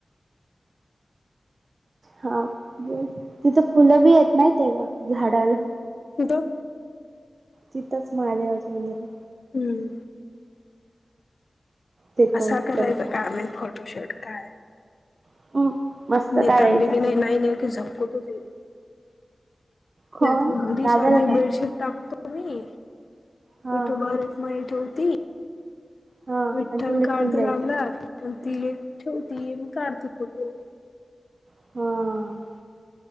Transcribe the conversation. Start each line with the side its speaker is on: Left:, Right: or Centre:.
Right: हा बोल तिथं फुलं बी येत माहिताय का झाडाला?
Left: कुठं?
Right: तिथंच महादेवाचं मंदिरात.
Left: हम्म.
Right: ते
Left: आसा
Right: कोणतरी
Left: करायचा का आम्ही फोटोशूट काय?
Right: <unintelligible>
Left: नीता
Right: काढायचा
Left: आंबी बी नाय नाय ती <inaudible>
Right: कोण
Left: घरी
Right: दादाला
Left: साधी
Right: काय
Left: बेडशीट टाकतो मी.
Right: हा
Left: विठुबा रखुमाई ठेवती
Right: हा
Left: विठ्ठल
Right: आणि ते लटवून
Left: कावा तरी
Right: द्यायचं
Left: लावणार. अन् ती ठेवती न काढती फोटो.
Right: हा.